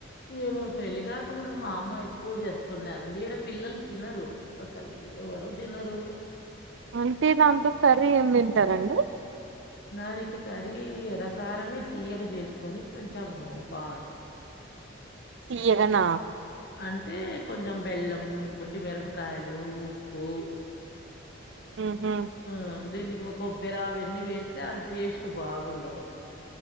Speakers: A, on the left; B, on the right.
A: మేము పెళ్లిగాకముందు మా అమ్మ ఎక్కువ చేస్తున్నాదండి ఈడ పిల్లలు తినరు అసలికి ఎవరు తినరు
B: అంటే దాంతో కర్రీ ఏమి తింటారండి
A: నానికి కరీ ఎర ప్రకారమే తీయగ చేసుకొని కొంచెము బాగుంటుంది
B: తీయగనా
A: అంటే కొంచెం బెల్లం వట్టిమిరపకాయలు ఉప్పు
B: ఉహు
A: ఆ దీనికి మా కొబ్బెరా అవన్ని వేసి అది టేస్ట్ బాగుండదు